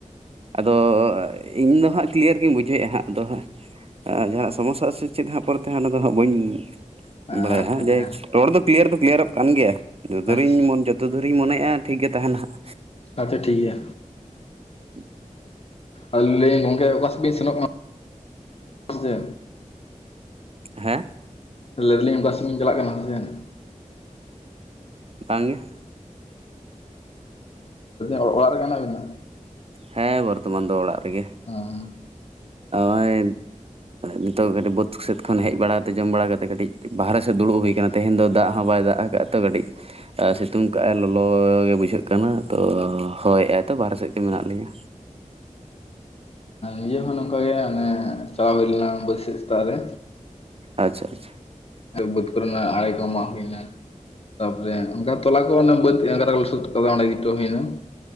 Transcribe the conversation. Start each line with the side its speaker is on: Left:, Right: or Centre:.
Right: ᱟᱫᱚ ᱤᱧᱫᱚ ᱦᱟᱸᱜ ᱠᱞᱤᱭᱟᱨ ᱜᱤᱧ ᱵᱩᱡᱷᱟᱹᱣᱮᱜᱼᱟ ᱦᱟᱸᱜ ᱟᱫᱚ ᱦᱟᱸᱜ ᱡᱟᱦᱟᱸᱱᱟᱜ ᱥᱚᱢᱚᱥᱟᱜ-ᱟ ᱥᱮ ᱪᱮᱫ ᱦᱟᱸᱜ ᱯᱚᱨᱮᱛᱮ ᱦᱟᱸᱜ ᱚᱱᱟ ᱫᱚ ᱦᱟᱸᱜ ᱵᱟᱹᱧ
Left: ᱦᱮᱸ
Right: ᱵᱟᱲᱟᱭᱟ
Left: ᱦᱮᱸ
Right: ᱡᱮ
Left: ᱦᱮᱸ
Right: ᱨᱚᱲ ᱫᱚ ᱠᱞᱤᱭᱟᱨ ᱫᱚ ᱠᱞᱤᱭᱟᱨᱚᱜ ᱠᱟᱱ ᱜᱮᱭᱟ ᱡᱚᱛᱚᱫᱩᱨᱤᱧ
Left: ᱟᱪᱪᱷᱟ
Right: ᱢᱚᱱ ᱡᱚᱛᱚ ᱡᱚᱛᱚ ᱫᱩᱨᱤᱧ ᱢᱚᱱᱮᱭᱮᱜ-ᱟ ᱴᱷᱤᱜ ᱜᱮ ᱛᱟᱦᱮᱱᱟ ᱦᱟᱸᱜ
Left: ᱟᱪᱪᱷᱟ ᱴᱷᱤᱠ ᱜᱮᱭᱟ᱾
Right: <unintelligible>
Left: ᱟᱨ ᱠᱮ ᱜᱚᱝᱠᱮ ᱚᱠᱟ ᱥᱮᱫ ᱵᱤᱱ ᱥᱮᱱᱚᱜ ᱠᱟᱱᱟ? ᱡᱮ
Right: ᱦᱮᱸ?
Left: ᱞᱟᱹᱭᱫᱟᱞᱤᱧ ᱵᱟᱥ ᱞᱤᱧ ᱪᱟᱞᱟᱜ ᱠᱟᱱᱟ ᱥᱮ ᱪᱮᱫ?
Right: ᱵᱟᱝᱜᱮ
Left: ᱚ ᱚᱲᱟᱜ ᱨᱮᱜᱮ ᱦᱮᱱᱟ ᱵᱮᱱᱟ?
Right: ᱦᱮᱸ ᱵᱚᱨᱛᱚᱢᱟᱱ ᱫᱚ ᱚᱲᱟᱜ ᱨᱮᱜᱮ
Left: ᱚᱸ
Right: ᱚᱭ ᱱᱤᱛᱚᱜ ᱠᱟᱹᱴᱤᱡ ᱵᱟᱹᱫᱽ ᱥᱮᱫ ᱠᱷᱚᱱ ᱦᱮᱡ ᱵᱟᱲᱟ ᱛᱮ ᱡᱚᱢ ᱵᱟᱲᱟ ᱠᱟᱛᱮᱫ ᱠᱟᱹᱴᱤᱡ ᱵᱟᱦᱨᱮ ᱥᱮᱫ ᱫᱩᱲᱩᱵ ᱦᱩᱭ ᱟᱠᱟᱱᱟ᱾ ᱛᱮᱦᱮᱧ ᱫᱚ ᱫᱟᱜ ᱦᱚᱸ ᱵᱟᱭ ᱫᱟᱜ ᱠᱟᱜᱼᱟ ᱛᱚ ᱠᱟᱹᱴᱤᱡ ᱥᱤᱛᱩᱝ ᱠᱟᱜᱼ ᱟᱭ ᱞᱚᱞᱚ ᱜᱮ ᱵᱩᱡᱷᱟᱹᱜ ᱠᱟᱱᱟ ᱛᱚ ᱦᱳᱭ ᱟᱭᱛᱚ ᱵᱟᱦᱨᱮ ᱥᱮᱫ ᱜᱮ ᱢᱮᱱᱟᱜ ᱞᱮᱤᱧᱟᱹ᱾
Left: ᱱᱤᱭᱟᱹ ᱦᱚᱸ ᱱᱚᱝᱠᱟᱜᱮ ᱚᱱᱮ ᱪᱟᱞᱟ ᱦᱩᱭᱞᱮᱱᱟ ᱵᱟᱹᱛ ᱥᱮᱜ ᱥᱮᱛᱟᱜ ᱨᱮ
Right: ᱟᱪᱪᱷᱟ ᱟᱪᱷᱟ
Left: ᱟᱨ ᱵᱟᱹᱛ ᱠᱚᱨᱮᱱᱟᱜ ᱟᱲᱮ ᱠᱚ ᱢᱟᱜ ᱦᱩᱭ ᱱᱟ ᱛᱟᱯᱚᱨᱮ ᱚᱝᱠᱟ ᱛᱚᱞᱟ ᱠᱚ ᱵᱟᱹᱫᱽ <unintelligible> ᱥᱟᱹᱛ ᱠᱟᱫᱟ ᱚᱸᱰᱮ ᱜᱤ ᱛᱳᱜ ᱦᱩᱭᱱᱟ